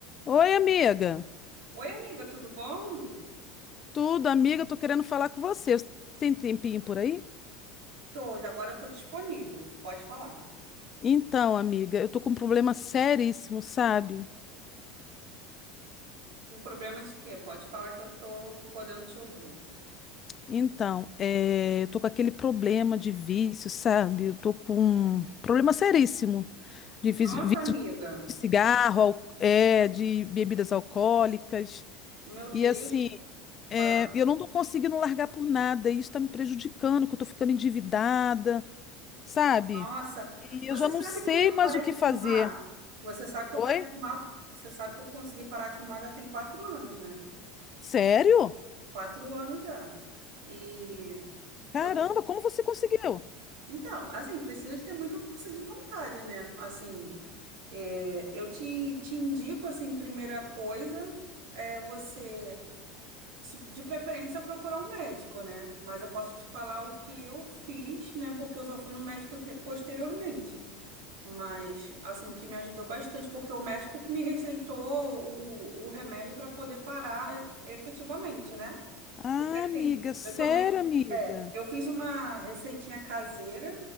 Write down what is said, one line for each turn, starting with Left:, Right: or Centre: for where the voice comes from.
Left: Oi, amiga.
Right: Oi, amiga, tudo bom?
Left: Tudo, amiga, tô querendo falar com você. Você Tem tempinho por aí?
Right: Tô, já agora eu tô disponível, pode falar.
Left: Então, amiga, eu tô com um problema seríssimo, sabe?
Right: O problema é de quê? Pode falar que eu tô podendo te ouvir.
Left: Então, é, eu tô com aquele problema de vício, sabe? Eu tô com um problema seríssimo de
Right: Nossa,
Left: vício, vício
Right: amiga,
Left: de cigarro, al- é, de bebidas alcoólicas.
Right: meu Deus,
Left: E assim, é,
Right: pá.
Left: eu não tô conseguindo largar por nada. E isso tá me prejudicando, que eu tô ficando endividada, sabe?
Right: Nossa,
Left: E
Right: você
Left: eu já não
Right: sabe
Left: sei
Right: que eu
Left: mais
Right: parei
Left: o que
Right: de
Left: fazer.
Right: fumar? Você sabe que
Left: Oi?
Right: eu parei de fumar? Você sabe que eu consegui parar de fumar já tem quatro anos, né?
Left: Sério?
Right: Quatro anos já. E
Left: Caramba,
Right: eu
Left: como você conseguiu?
Right: Então, assim, precisa de ter muita força de vontade, né? Assim, é, eu te, te indico, assim, primeira coisa é você, se- de preferência, procurar um médico, né? Mas eu posso te falar o que eu fiz, né? Porque eu só fui no médico te- posteriormente. Mas, assim, o que me ajudou bastante, porque o médico que me receitou o, o remédio para poder parar e- efetivamente, né?
Left: Ah,
Right: Porque, assim,
Left: amiga, sério,
Right: eu tomei.
Left: amiga.
Right: É, eu fiz uma receitinha caseira